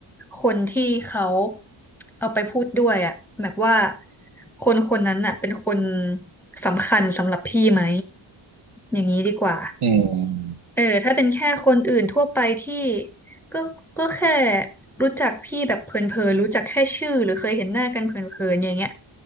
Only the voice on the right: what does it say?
อืม